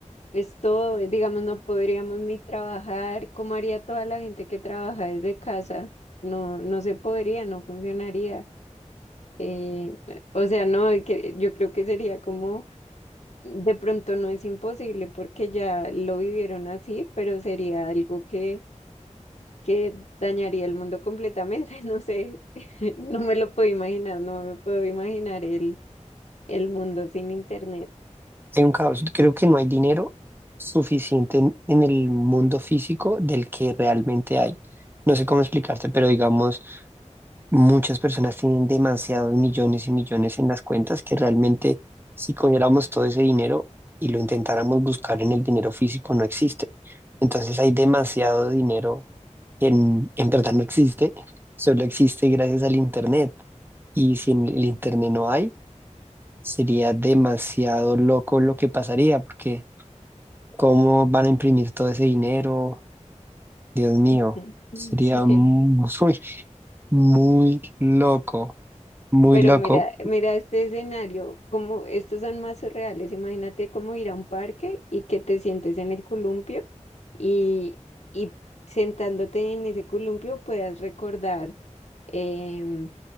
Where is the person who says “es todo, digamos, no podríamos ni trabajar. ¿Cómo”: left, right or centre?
Left